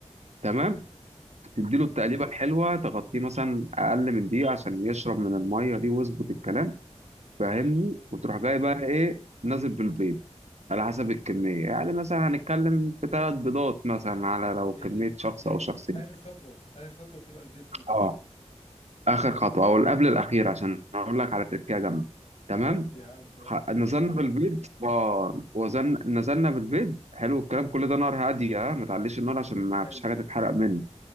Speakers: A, on the right; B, on the left.
A: تمام
B: مم.
A: تديله التقليبه
B: حلو
A: الحلوه تغطيه مثلا اقل من دقيقه عشان يشرب من الميه دي ويظبط الكلام فاهمني
B: حلو
A: وتروح جاي بقى ايه نازل بالبيض على حسب الكمية يعني مثلا هنتكلم في ثلاث بيضات مثلا على لو
B: يعني
A: كمية
B: ب-
A: شخص
B: يعني
A: أو شخصين
B: آخر خطوة آخر خطوة بتبقى البيض دي
A: اه آخر خطوة أو قبل الأخير عشان أقول لك على تركية جامدة تمام
B: ودي يا عم يلا
A: خ- نزلنا
B: قول
A: بالبيض اه وزن نزلنا بالبيض حلو الكلام كل ده نار هادية اه ما تعليش النار عشان ما
B: حلو
A: فيش حاجة تتحرق منه